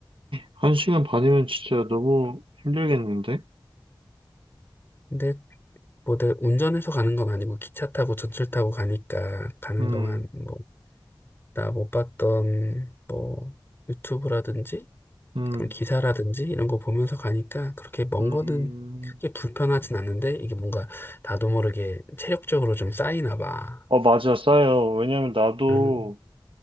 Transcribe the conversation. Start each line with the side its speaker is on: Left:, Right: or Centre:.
Right: 한 시간 반이면 진짜 너무 힘들겠는데?
Left: 근데 뭐 내 운전해서 가는 건 아니고 기차 타고 전철 타고 가니까 가는
Right: 음,
Left: 동안 뭐 나 못 봤던 뭐 유튜브라든지
Right: 음,
Left: 그런 기사라든지 이런 거 보면서 가니까 그렇게 먼
Right: 음.
Left: 거는 이게 불편하진 않는데 이게 뭔가 나도 모르게 체력적으로 좀 쌓이나 봐.
Right: 어, 맞아, 싸요. 왜냐면 나도,
Left: 음,